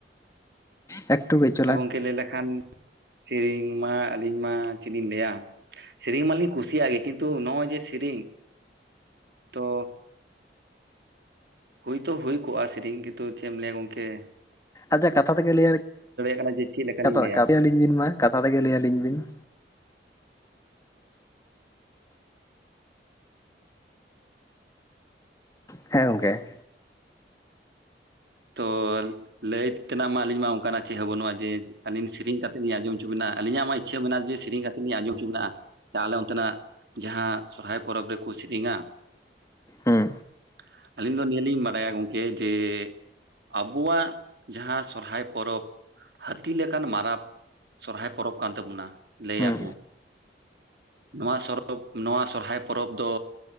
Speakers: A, on the left; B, on the right.
A: ᱮᱠᱴᱩ ᱵᱮᱪ
B: ᱛᱚ ᱜᱚᱢᱠᱮ ᱞᱟᱹᱭ ᱞᱮᱠᱷᱟᱱ ᱥᱮᱨᱮᱧ ᱢᱟ ᱟᱹᱞᱤᱧ ᱢᱟ ᱪᱮᱫ ᱞᱤᱧ ᱞᱟᱹᱭᱟ ᱾ ᱥᱮᱨᱮᱧ ᱢᱟᱞᱤᱧ ᱠᱩᱥᱤᱭᱟᱜ ᱜᱮ ᱠᱤᱱᱛᱩ ᱱᱚᱜᱼᱚᱭ ᱡᱮ ᱥᱮᱨᱮᱧ ᱛᱚ ᱦᱩᱭᱛᱚ ᱦᱩᱭ ᱠᱚᱜᱼᱟ ᱥᱮᱨᱮᱧ ᱜᱮᱛᱚ ᱪᱮᱫ ᱮᱢ ᱞᱟᱹᱭᱟ ᱜᱚᱝᱠᱮ ᱾
A: ᱟᱪᱪᱷᱟ ᱠᱟᱛᱷᱟ ᱛᱮᱜᱮ ᱞᱟᱹᱭᱟᱞᱤᱧ,
B: ᱠᱟᱱᱟ ᱡᱮ ᱪᱮᱫ ᱞᱮᱠᱟᱞᱤᱧ
A: ᱠᱟᱛᱷᱟ
B: ᱞᱟᱹᱭᱟ
A: ᱠᱟᱫᱮᱭᱟᱞᱤᱧ ᱵᱤᱱ ᱢᱟ, ᱠᱟᱛᱷᱟ ᱛᱮᱜᱮ ᱞᱟᱹᱭ ᱟᱹᱞᱤᱧ ᱵᱤᱱ ᱾ ᱦᱮᱸ ᱜᱚᱝᱠᱮ
B: ᱛᱚ ᱞᱟᱹᱭ ᱛᱮᱱᱟᱜ ᱢᱟ ᱟᱹᱞᱤᱧ ᱢᱟ ᱚᱱᱠᱟᱱᱟᱜ ᱪᱮᱫ ᱦᱚᱸ ᱵᱟᱹᱱᱩᱜᱼᱟ ᱡᱮ ᱟᱹᱞᱤᱧ ᱥᱮᱨᱮᱧ ᱠᱟᱛᱮ ᱞᱤᱧ ᱟᱸᱡᱚᱢ ᱦᱚᱪᱚ ᱵᱤᱱᱟ, ᱟᱹᱞᱤᱧᱟᱜ ᱢᱟ ᱤᱪᱪᱷᱟ ᱢᱮᱱᱟᱜᱼᱟ ᱡᱮ ᱥᱮᱨᱮᱧ ᱠᱟᱛᱮ ᱟᱹᱞᱤᱧ ᱞᱤᱧ ᱟᱸᱡᱚᱢ ᱦᱚᱪᱚ ᱵᱤᱱᱟ ᱦᱟᱜ, ᱛᱟᱦᱚᱞᱮ ᱚᱱᱛᱮᱱᱟᱜ ᱡᱟᱦᱟᱸ ᱥᱚᱨᱦᱟᱭ ᱯᱚᱨᱚᱵᱽ ᱨᱮᱠᱚ ᱥᱮᱨᱮᱧᱟ ᱾
A: ᱦᱩᱸ
B: ᱟᱹᱞᱤᱧ ᱫᱚ ᱱᱤᱭᱟᱹᱞᱤᱧ ᱵᱟᱰᱟᱭᱟ ᱜᱚᱝᱠᱮ ᱡᱮ ᱟᱵᱚᱣᱟᱜ ᱡᱟᱦᱟᱸ ᱥᱚᱨᱦᱟᱭ ᱯᱚᱨᱚᱵᱽ ᱦᱟᱹᱛᱤ ᱞᱮᱠᱟᱱ ᱢᱟᱨᱟᱵ ᱥᱚᱨᱦᱟᱭ ᱯᱚᱨᱚᱵᱽ ᱠᱟᱱ ᱛᱟᱵᱚᱱᱟ ᱞᱟᱹᱭᱟᱠᱚ
A: ᱦᱩᱸ
B: ᱾ ᱱᱚᱣᱟ ᱥᱚᱨᱚᱵᱽ ᱱᱚᱣᱟ ᱥᱚᱨᱦᱟᱭ ᱯᱚᱨᱚᱵᱽ ᱫᱚ